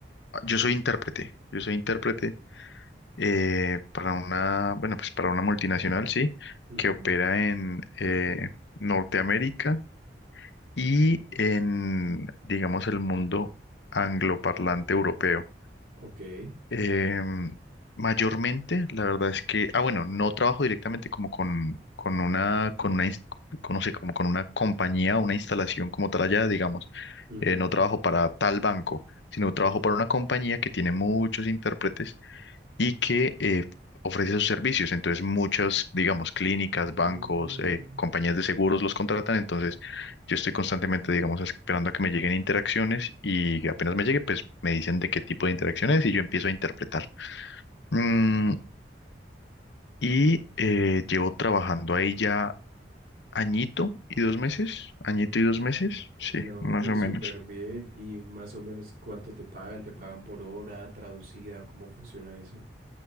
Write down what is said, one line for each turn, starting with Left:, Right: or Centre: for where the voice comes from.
Left: Yo soy intérprete. Yo soy intérprete eh, para una, bueno, pues para una multinacional, sí,
Right: Ujú,
Left: que opera en eh, Norteamérica y en, digamos, el mundo angloparlante europeo.
Right: Ok.
Left: Em, mayormente, la verdad es que, ah, bueno, no trabajo directamente como con, con una, con una, ins- con, no sé, como con una compañía, una instalación como tal allá, digamos.
Right: Ujú.
Left: Eh, no trabajo para tal banco, sino trabajo para una compañía que tiene muchos intérpretes y que eh, ofrece sus servicios. Entonces, muchas, digamos, clínicas,
Right: Mm.
Left: bancos, eh, compañías de seguros los contratan. Entonces, yo estoy constantemente, digamos, esperando a que me lleguen interacciones y apenas me llegue, pues me dicen de qué tipo de interacción es y yo empiezo a interpretar. Mm, y eh, llevo trabajando ahí ya añito y dos meses, añito y dos meses,
Right: No,
Left: sí, más
Right: pero
Left: o
Right: súper
Left: menos.
Right: bien. ¿Y más o menos cuánto te pagan? ¿Te pagan por hora, traducida? ¿Cómo funciona eso?